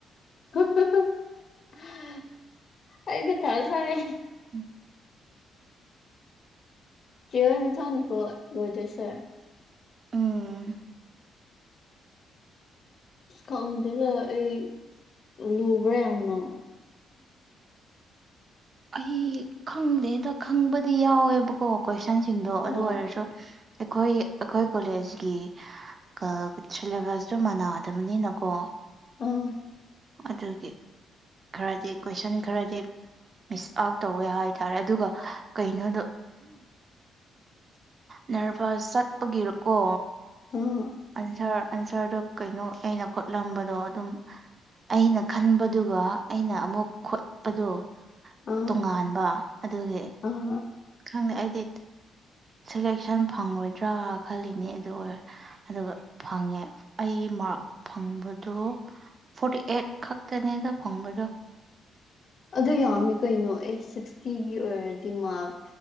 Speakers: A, on the left (about 45°); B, on the right (about 40°).
A: ꯍꯥꯍꯥꯑꯩ ꯃꯊꯥꯁꯥꯏ
B: ꯎꯝ
A: ꯆꯦꯍꯣꯏ ꯃꯊꯪꯅꯤꯀꯣ ꯂꯣꯏꯗꯣꯏꯁꯦ
B: ꯎꯝ
A: ꯑꯁ ꯈꯪꯗꯦꯗ ꯑꯩ ꯂꯨꯕ꯭ꯔꯥ ꯌꯥꯝꯅ
B: ꯑꯩ ꯈꯪꯗꯦꯗ ꯈꯪꯕꯗꯤ ꯌꯥꯎꯋꯦꯕꯀꯣ ꯀꯣꯏꯁꯟꯁꯤꯡꯗꯣ ꯑꯗꯨ
A: ꯑꯥ
B: ꯑꯣꯏꯔꯁꯨ ꯑꯩꯈꯣꯏ ꯑꯈꯣꯏ ꯀꯣꯂꯦꯖꯀꯤ ꯀꯥ ꯁꯤꯂꯦꯕꯁꯇꯣ ꯃꯥꯟꯅꯗꯕꯅꯤꯅ ꯀꯣ
A: ꯑꯥ
B: ꯑꯗꯨꯒꯤ ꯈꯔꯗꯤ ꯀꯣꯏꯁꯟ ꯈꯔꯗꯤ ꯃꯤꯁ ꯑꯥꯎꯠ ꯇꯧꯋꯦ ꯍꯥꯏꯇꯥꯔꯦ ꯑꯗꯨꯒ ꯀꯩꯅꯣꯗꯣ ꯅꯔꯕꯥꯁ ꯆꯠꯄꯒꯤꯔꯀꯣ
A: ꯑꯥ
B: ꯑꯟꯁꯔ ꯑꯟꯁꯔꯗꯣ ꯀꯩꯅꯣ ꯑꯩꯅ ꯈꯣꯠꯂꯝꯕꯗꯣ ꯑꯗꯨꯝ ꯑꯩꯅ ꯈꯟꯕꯗꯨꯒ ꯑꯩꯅ ꯑꯃꯨꯛ ꯈꯣꯠꯄꯗꯣ
A: ꯑꯥ
B: ꯇꯣꯉꯥꯟꯕ ꯑꯗꯨꯒꯤ
A: ꯑꯥ
B: ꯈꯪꯗꯦ ꯑꯩꯗꯤ ꯁꯦꯂꯦꯛꯁꯟ ꯐꯪꯉꯣꯏꯗ꯭ꯔꯥ ꯈꯜꯂꯤꯅꯦ ꯑꯗꯨ ꯑꯣꯏ ꯑꯗꯨꯒ ꯐꯪꯉꯦ ꯑꯩ ꯃꯥꯔꯛ ꯐꯪꯕꯗꯨ ꯐꯣꯔꯇꯤ ꯑꯦꯠ ꯈꯛꯇꯅꯦꯗ ꯐꯪꯕꯗꯣ
A: ꯑꯗꯨ ꯌꯥꯝꯃꯤ ꯀꯩꯅꯣ ꯑꯦ ꯁꯤꯛꯁꯇꯤꯒꯤ ꯑꯣꯏꯔꯗꯤ ꯃꯥꯛ